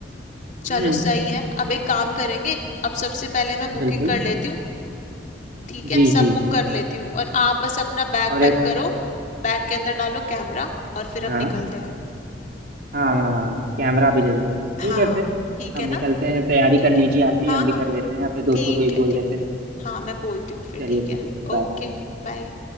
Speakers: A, on the left (about 45°); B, on the right (about 60°).
A: चलो
B: हम्म
A: सही है अब एक काम करेंगे अब सबसे पहले मैं बुकिंग
B: बिल्कुल
A: कर लेती हूँ ठीक है
B: जी
A: सब
B: जी
A: बुक
B: जी
A: कर लेती हूँ और आप बस अपना बैग
B: और
A: पैक
B: एक
A: करो बैग के अंदर डालो कैमरा और फिर हम
B: हाँ
A: निकलते हैं
B: हाँ कैमरा भी जरूरी है ठीक
A: हाँ
B: है फिर
A: ठीक
B: हम
A: है
B: निकलते
A: ना
B: हैं तैयारी
A: ठीक
B: कर लीजिए
A: है
B: आप भी
A: हाँ
B: हम भी
A: हाँ
B: कर
A: हाँ
B: लेते हैं अपने दोस्तों
A: ठीक
B: को ही बोल
A: है ठीक
B: देते हैं
A: है हाँ मैं बोलती हूँ फिर
B: चलिए
A: ठीक
B: ठीक
A: है
B: है फिर बाय
A: ओके
B: बाय
A: बाय